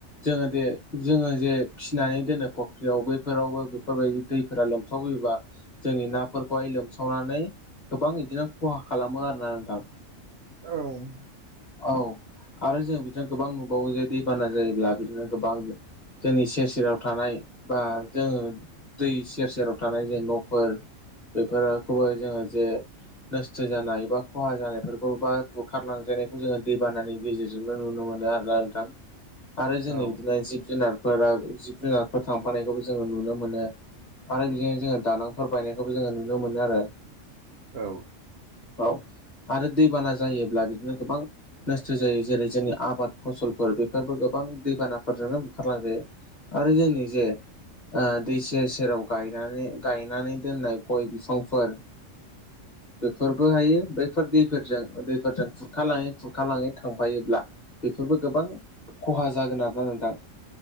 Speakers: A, on the left; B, on the right.
A: जोङो दे जोङो जे फिसिनानै दोनो फख्रियाव बैफोरावबो बेफोरबायदि दै फोरा लोमसावबोयोबा जोंनि नाफोरखौहाय लोमसावनानै गोबां इदिनो खहा खालामो आरोना नोंथां।
B: औ
A: औ आरो जों बिदिनो गोबां नुबावो जे दैबाना जायोब्ला बिदिनो गोबां जोंनि सेर सेराव थानाय बा जोङो दै सेर सेराव थानाय जे न'फोर बेफोरखौबो जोङो जे नोस्थ' जानाय बा खहा जानायफोरखौ बा बुखारलांजानाय खौ जोंङो दैबानानि गेजेरजोंनो नुनो मोनो आरोना नोंथां आरो जोंनि
B: औ
A: बिदिनो जिब जुनार फोरा जिब जुनारफोर थांफानायखौबो जोंङो नुनो मोनो। आरो बिदिनो जोङो दालांफोर बायनायखौबो जोंङो नुनो मोनो आरो।
B: औ
A: औ आरो दैबाना जायोब्ला बिदिनो गोबां नोस्थ' जायो जेरै जोंनि आबाद फसलफोर बेफोरबो गोबां दैबानाफोरजोंनो बुखारलांजायो। आरो जोंनि जे ओ दै सेर सेराव गायनानै गायनानै दोननाय गय बिफांफोर बेफोरबो हायो बैफोर दैफोरजों दैफोरजों खुरखालाङि खुरखालाङो थांफायोब्ला बेफोरबो गोबां खहा जागोन आरोना नोंथां।